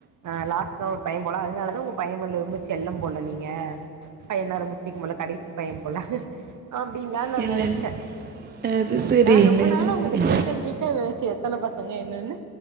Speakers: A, on the right; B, on the right.
A: ஆ லாஸ்ட்டா ஒரு பைய போல அதனாலதா உங்க பைய மேல ரொம்ப செல்லம் போல நீங்க பையன்னா ரொம்ப புடிக்கும் போல கடைசி பைய போல அப்டின்லா நா
B: இல்ல,
A: நெனச்ச
B: இல்ல. அது சரி.
A: நா
B: இல்ல,
A: ரொம்ப
B: இல்ல,
A: நாளா
B: இல்ல.
A: உங்கட்டா கேக்கனு கேக்கனுன் நெனச்ச எத்தன பசங்க என்னன்னு